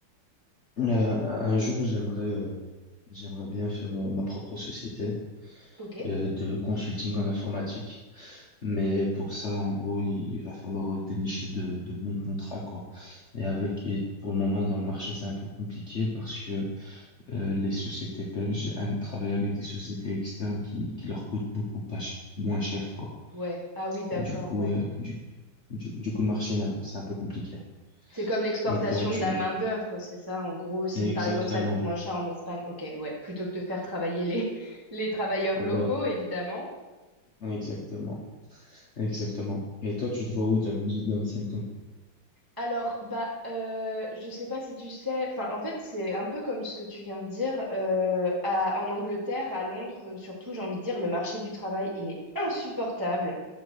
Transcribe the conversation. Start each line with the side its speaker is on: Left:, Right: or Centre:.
Left: euh, un jour, j'aimerais euh, j'aimerais bien faire euh, ma propre société
Right: Ok.
Left: euh, de consulting en informatique. Mais pour ça, en gros, il, il va falloir dénicher de, de bons contrats, quoi. Et avec, et pour le moment, dans le marché, c'est un peu compliqué parce que euh, les sociétés belges aiment travailler avec des sociétés externes qui, qui leur coûtent beaucoup pas ch- moins cher, quoi.
Right: Ouais. Ah oui, d'accord,
Left: Du coup,
Right: ouais.
Left: euh, du, du, du coup, le marché, là, c'est un peu compliqué.
Right: C'est comme l'exportation
Left: Et toi, tu...
Right: de la main-d'œuvre, c'est ça, en gros. Si
Left: Exactement.
Right: par exemple ça coûte moins cher en Espagne, ok, ouais, plutôt que de faire travailler les, <laughs> les travailleurs
Left: Va-
Right: locaux, évidemment.
Left: Exactement. Exactement. Et toi, tu te vois où, dit dans 5 ans?
Right: Alors, bah, euh, je sais pas si tu sais, enfin, en fait, c'est un peu comme ce que tu viens de dire. euh, à- en Angleterre, à Londres, euh, surtout, j'ai envie de dire, le marché du travail, il est insupportable.